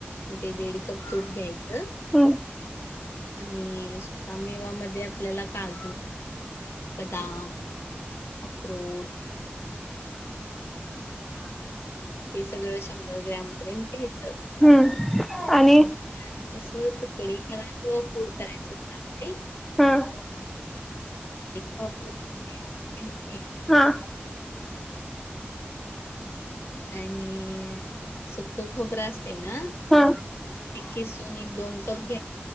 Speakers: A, on the left (about 75°); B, in the centre.
A: म्हणज ते दीड कप तूप घ्यायचं
B: हम्म.
A: आणि सुकामेवा मध्ये आपल्याला काल बदाम अक्ररोड
B: <inaudible>
A: हे सगळं शंभर ग्रॅम पर्यंत घ्यायचं
B: हम्म आणि
A: आणि कस तुकडे ला किंवा पूड करायच
B: हम्
A: पावडर घ्यायची
B: हा
A: आणि सुख खोबरं असते ना
B: हा
A: एक किसून एक दोन कप घ्या